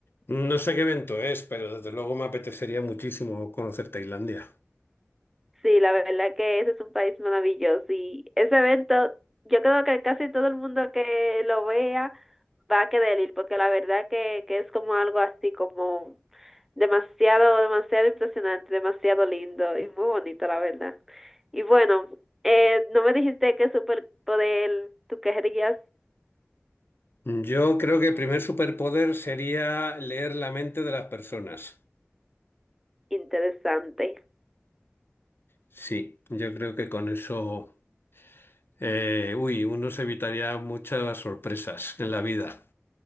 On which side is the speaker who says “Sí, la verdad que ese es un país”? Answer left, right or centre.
Centre